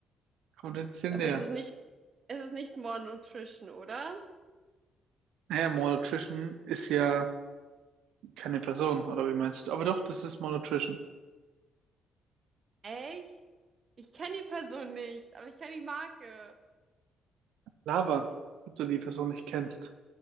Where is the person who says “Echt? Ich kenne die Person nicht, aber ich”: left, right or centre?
Right